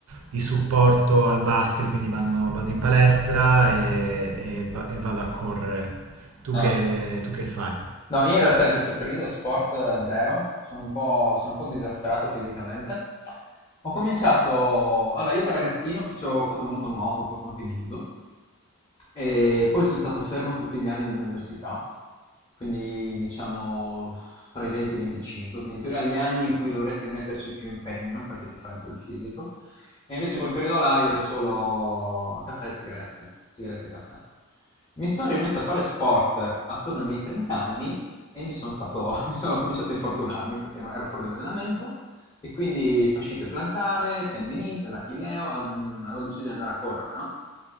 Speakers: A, on the right (about 80°); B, on the left (about 20°).
A: di supporto al basket, quindi vanno- vado in palestra e, e va- e vado a correre. Tu
B: Ah.
A: che, tu che fai?
B: No, io in realtà in questo periodo sport eh, zero, sono un po', sono un po' disastrato fisicamente. Ho cominciato, allora io da ragazzino facevo- ho fatto molto nuoto, ho fatto anche judo, e poi sono stato fermo tutti gli anni dell'università, quindi diciamo tra i 20 e i 25, quindi in teoria gli anni in cui dovresti metterci più impegno perché ti fai un po' il fisico. E invece quel periodo là ero solo caffè e sigarette, sigarette e caffè. Mi sono rimesso a fare sport attorno ai miei 30 anni e mi sono fatto, <laughs> mi sono cominciato a infortunarmi perché non ero fuori allenamento e quindi fascite plantare, tendinite, l'achilleo, am- avevo deciso di andare a correre, no?